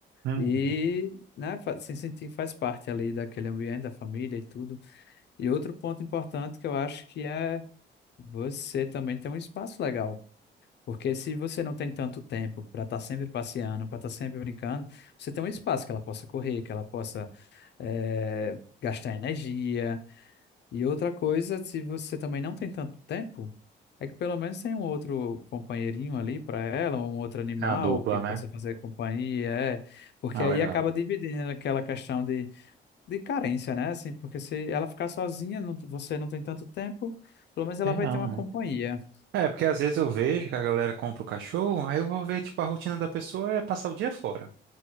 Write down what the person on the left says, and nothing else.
e, né, fa- se sentir faz parte ali daquele ambiente, da família e tudo. E outro ponto importante que eu acho que é você também ter um espaço legal. Porque se você não tem tanto tempo para estar sempre passeando, para estar sempre brincando, você tem um espaço que ela possa correr, que ela possa eh, gastar energia, e outra coisa, se você também não tem tanto tempo, é que pelo menos tem um outro companheirinho ali para ela, um outro animal
que possa
fazer companhia, é, porque
aí
acaba dividindo aquela questão de, de carência, né? Assim, porque se ela ficar sozinha, não- você não tem tanto tempo, pelo menos ela
vai
ter uma companhia.